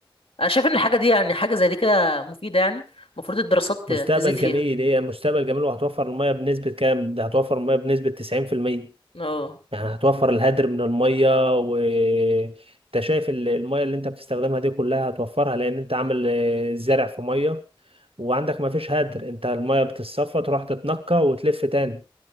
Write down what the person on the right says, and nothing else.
مستقبل
جميل هي مستقبل جميل وهتوفر المية بنسبة كام؟ ده هتوفر المية بنسبة 90%
يعني هتوفر الهدر من المية و انت شايف ال- المية اللي انت بتستخدمها دي كلها هتوفرها لأن انت عامل آه، زرع في مية وعندك ما فيش هدر انت المية بتتصفى تروح تتنقى وتلف تاني